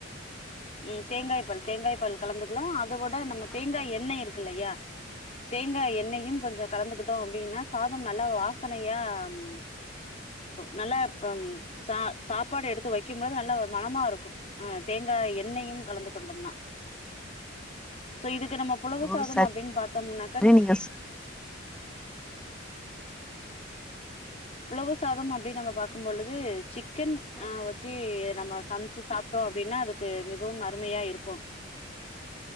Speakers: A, on the left; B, in the centre.
A: உம் தேங்காய் பால் தேங்காய்ப் பால் கலந்துக்லா அத விட நம்ம தேங்காய் எண்ணெய் இருக்குல்லையா தேங்காய் எண்ணெயும் கொஞ்சோ கலந்துகிட்டோம் அப்டின்னா சாதம் நல்லா வாசனையா ம் நல்ல சா சாப்பாடு எடுத்து வைக்கும்மோது நல்ல மனமாருக்கு ஆ தேங்காய் எ எண்ணெயும் கலந்து கொண்டம்னா சோ இதுக் இதுக்கு நம்ம புலவு
B: ஓ
A: சாதம்
B: சரி
A: அப்டின் பாத்தமுனாக்கா நமக்கு
B: நீங்க
A: புலவு சாதம் அப்டின் நம்ம பாக்கும் பொழுது சிக்கன் அ வெச்சி நம்ம சம்ச்சி சாப்ட்டோ அப்டின்னா அதுக்கு மிகவும் அருமயா இருக்கு